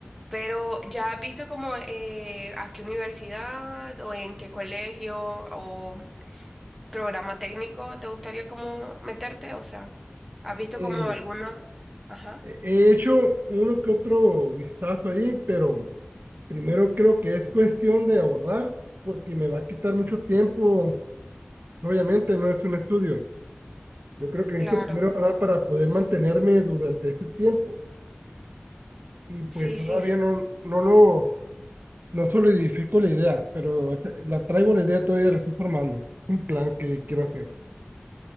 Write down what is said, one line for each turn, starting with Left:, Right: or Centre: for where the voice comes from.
Centre: Pero ¿ya has visto como eh, a qué universidad o en qué colegio o programa técnico te gustaría como meterte? O sea, ¿has visto como
Right: Eh,
Centre: alguna? Ajá,
Right: he hecho uno que otro vistazo ahí, pero primero creo que es cuestión de abordar, porque me va a quitar mucho tiempo. Obviamente no es un estudio. Yo creo que necesito
Centre: claro.
Right: primero ahorrar para poder mantenerme durante ese tiempo. Y pues
Centre: Sí,
Right: todavía
Centre: sí, sí.
Right: no, no lo No solidifico la idea, pero esa- la traigo la idea todavía, la estoy formando. Un plan que quiero hacer.